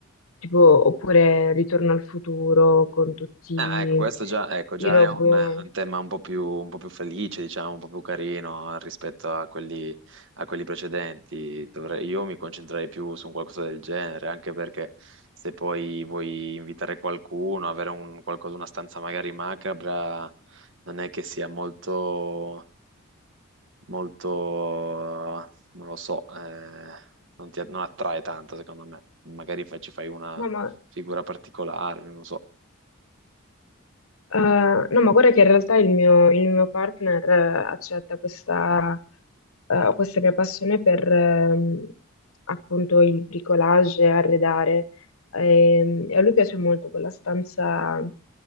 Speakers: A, on the left; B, on the right.
A: tipo, oppure Ritorno al futuro con tutti
B: Ah, ecco, questo già, ecco, già
A: i robot.
B: è un, un tema un po' più, un po' più felice, diciamo, un po' più carino rispetto a quelli, a quelli precedenti. Dovrei- io mi concentrerei più su un qualcosa del genere, anche perché se poi vuoi invitare qualcuno, avere un, qualcosa, una stanza magari macabra, non è che sia molto, molto, eh, non lo so, eh, non ti, non attrae tanto, secondo me. Magari fai- ci fai una
A: No, ma
B: figura particolare, non lo so.
A: Eh, no, ma guarda che in realtà il mio, il mio partner eh, accetta questa, eh, questa mia passione per ehm, appunto il bricolage, arredare. Ehm, E, a lui piace molto quella stanza,